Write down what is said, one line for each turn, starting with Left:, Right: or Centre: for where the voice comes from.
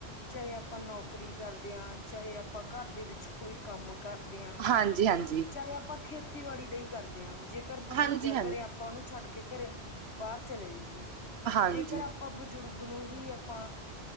Left: ਚਾਹੇ ਅਪਾ ਨੌਕਰੀ ਕਰਦੇ ਆਂ ਚਾਹੇ ਅਪਾਂ ਘੱਰ ਦੇ ਵਿੱਚ ਕੋਈ ਕੰਮ ਕਾਰਦੇ ਆਂ,
Right: ਹਾਂਜੀ-ਹਾਂਜੀ,
Left: ਚਾਹੇ ਅਪਾ ਖੇਤੀਬਾੜੀ ਦਾ ਈ ਕਰਦੇ ਆਂ, ਜੇ ਕਰ ਬਜ਼ੁਰਗਾ
Right: ਹਾਂਜੀ-ਹਾਂਜੀ।
Left: ਘਰੇ ਆਪਾਂ ਓਨੂੰ ਛੱਡ ਕੇ ਘਰੇਓ ਬਾਰ ਚਲੇ ਜਾਣੇ ਆਂ,
Right: ਹਾਂਜੀ, ਹਾਂਜੀ,
Left: ਜੇਕਾਰ ਅ ਪਾਂ ਬਜ਼ੁਰਗ ਨੂੰ ਹੀ ਅਪਾ